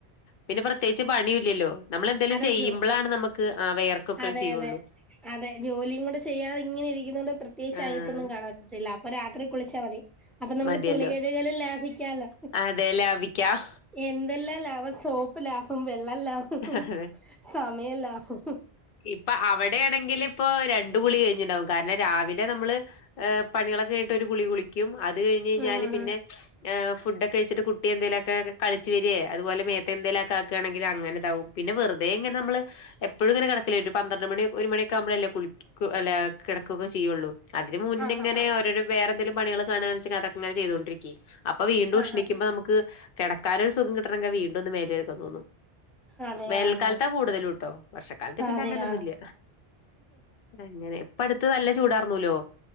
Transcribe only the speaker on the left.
പിന്നെ പ്രത്യേകിച്ച് പണിയു ഇല്ലല്ലോ. നമ്മള് എന്തേലും
ചെയ്യുമ്പളാണ്
നമ്മക്ക് ആ വെയർക്കൊക്കെ
ചെയ്യുള്ളൂ
ആഹ്
മതിയല്ലോ
അതെ ലാഭിക്കാം.
അതെ.
ഇപ്പ അവടെയാണെങ്കില് ഇപ്പോ രണ്ടു കുളി കഴിഞ്ഞിണ്ടാവും കാരണം രാവിലെ നമ്മള് എഹ് പണികളൊക്കെ കഴിഞ്ഞിട്ട് ഒരു കുളി കുളിക്കും അത് കഴിഞ്ഞ് ഴിഞ്ഞാല്
പിന്നെ
ഏഹ് ഫുഡൊക്കെ കഴിച്ചിട്ട് കുട്ടി എന്തേലൊക്കെ കളിച്ച് വരേ അതുപോല മേത്തെ എന്തേലക്കെ ആക്കേണങ്കില് അങ്ങന ഇതാവും പിന്ന വെറുതെ ഇങ്ങന നമ്മള് എപ്പൊഴും ഇങ്ങനെ കെടക്കില്ലേ ഒരു പന്ത്രണ്ട് മണി ഒരു മണി ഒക്കെ ആവുമ്പഴല്ലേ കുളിക്ക് ഒക്കൂ അല്ലേ കെടക്കൂക്കെ ചെയ്യോള്ളൂ അതിന് മുന്നേ
ഇങ്ങനെ
ഓരോരൊ വേറെന്തേലും പണികള് കാണേണ്ന്ന്ച്ച് അതക്ക ഇങ്ങനെ ചെയ്തോണ്ടിരിക്കേ അപ്പ വീണ്ടും
ഉഷ്ണിക്കുമ്പ
നമ്മ്ക്ക് കെടക്കാനൊരു സുഖം കിട്ടണെങ്കി വീണ്ടും ഒന്ന് മേല് കഴ്കാൻ തോന്നും
വേനൽക്കാലത്താ
കൂടുതലും ട്ടോ വർഷക്കാലത്ത് പിന്നെ
അങ്ങനെ ഒന്നും ഇല്ല അങ്ങനെ ഇപ്പ അടുത്ത് നല്ല ചൂടാർന്നൂലോ